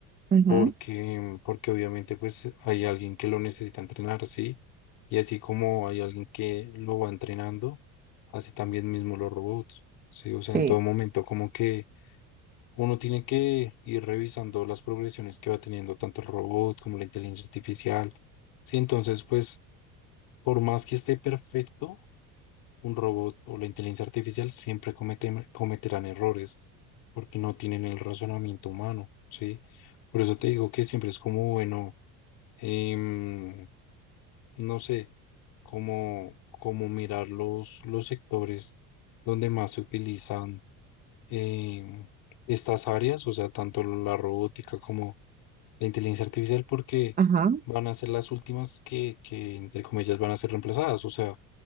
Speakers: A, on the right (about 25°); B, on the left (about 60°).
A: Ujú,
B: porque, porque obviamente pues hay alguien que lo necesita entrenar, ¿sí? Y así como hay alguien que lo va entrenando, así también mismo los robots, ¿sí? O sea,
A: Sí,
B: en todo momento como que uno tiene que ir revisando las progresiones que va teniendo tanto el robot como la inteligencia artificial, ¿sí? Entonces, pues, por más que esté perfecto, un robot o la inteligencia artificial siempre comete- cometerán errores porque no tienen el razonamiento humano, ¿sí? Por eso te digo que siempre es como, bueno, em, no sé, cómo, cómo mirar los, los sectores donde más se utilizan em, estas áreas, o sea, tanto la robótica como la inteligencia artificial, porque
A: ajá,
B: van a ser las últimas que, que, entre comillas, van a ser reemplazadas. O sea,